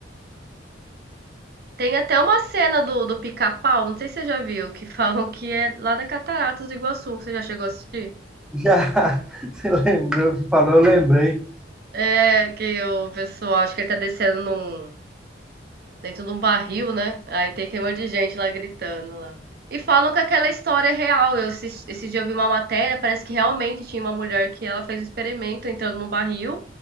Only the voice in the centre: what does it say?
já <laughs> você lembrou, você falou, eu lembrei.